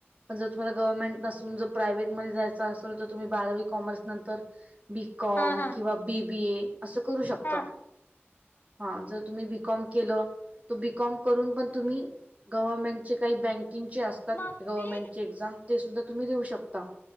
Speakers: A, on the right (about 35°); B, on the left (about 45°).
A: पण जर तुम्हाला गव्हर्नमेंट नसून जर प्रायव्हेटमध्येध्ये जायचं असेल तर, तुम्ही बारावी कॉमर्स नंतर बीकॉम
B: हा हा
A: किंवा बीबी ए असं करू शकता
B: हा
A: हा जर तुम्ही बी कॉम केल तर बी कॉम करून पण तुम्ही गव्हर्मेंट चे काही ब चे असतात
B: मम्मी
A: गव्हनमेंटचे एक्झाम ते सुद्धा तुम्ही देऊ शकता.